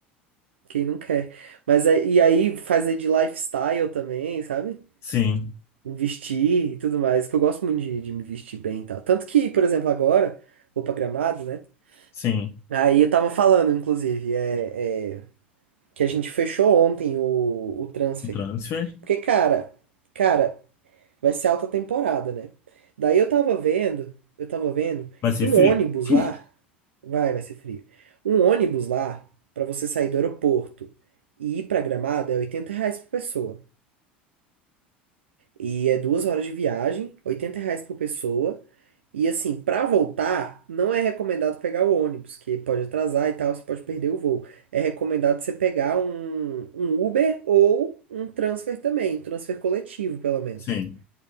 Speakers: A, on the right (about 85°); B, on the left (about 45°).
A: Quem não quer? Mas aí- e aí fazer de lifestyle também, sabe?
B: Sim,
A: Vestir e tudo mais, que eu gosto muito de, de me vestir bem e tal. Tanto que, por exemplo, agora, vou pra Gramado, né?
B: sim.
A: Aí eu tava falando, inclusive, é, é, que a gente fechou ontem o, o transfer.
B: O transfer
A: Porque, cara, cara, vai ser alta temporada, né? Daí eu tava vendo, eu tava vendo
B: vai ser
A: um
B: frio.
A: ônibus
B: <laughs>
A: lá. Vai, vai ser frio. Um ônibus lá, pra você sair do aeroporto e ir pra Gramado, é 80 reais por pessoa. E é duas horas de viagem, 80 reais por pessoa. E assim, para voltar, não é recomendado pegar o ônibus, que pode atrasar e tal, você pode perder o voo. É recomendado você pegar um, um Uber ou um transfer também, um transfer coletivo, pelo menos.
B: Sim.